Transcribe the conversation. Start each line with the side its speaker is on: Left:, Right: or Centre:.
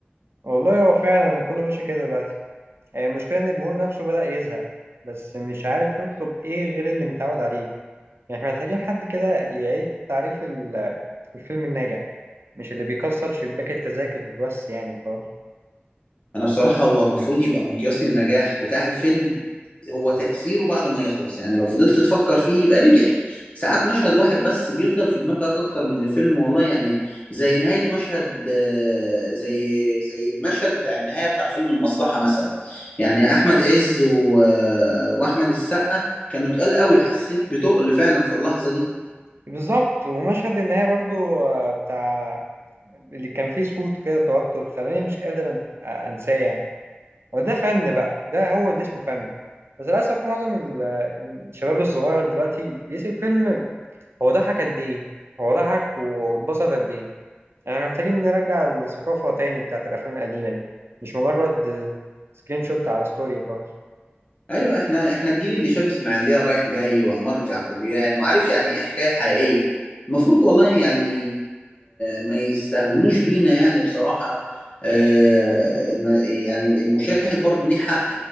Right: والله هو فعلا كله ماشي كده دلوقتي يعني المشكلة ان الجمهور نفسه بدأ يزهق بس مش عارف يطلب ايه غير اللي متعود عليه يعني احنا محتاجين حد كده يعيد تعريف ال- الفيلم الناجح مش اللي بيكسر شباك التذاكر بس يعني وخلاص
Left: انا بصراحة هو المفروض يبقى مقياس النجاح بتاع الفيلم هو تأثيره بعد ما يخلص يعني لو فضلت تفكر فيه يبقى نجح ساعات مشهد واحد بس بيفضل في دماغك اكتر من الفيلم والله يعني زي نهاية مشهد آه، زي زي المشهد بتاع النهاية بتاع فيلم المصلحة مثلا يعني احمد عز و... آه، واحمد السقا كانوا تقال قوي حسيت بتقل فعلا في اللحظة دي
Right: بالظبط ومشهد النهاية برضو آه، بتاع اللي كان فيه سكوت كده توتر خلاني مش قادر أن- آه، انساه يعني وده فن بقى ده هو اللي اسمه فن بس للأسف معظم ال- الشباب الصغير دلوقتي بيسيب فيلم هو ضحك قد إيه هو ضحك واتبسط قد إيه احنا محتاجين نرجع الثقافة تاني بتاعت الأفلام القديمة دي مش مجرد سكرين شوت على ستوري وخلاص
Left: ايوه احنا احنا الجيل اللي شاف اسماعيليه رايح جاي وعماره يعقوبيان وعارف يعني ايه حكايه حقيقيه المفروض والله يعني ما يستهونوش بينا يعني بصراحه آه، الم- يعني المشاهد برضو ليه حق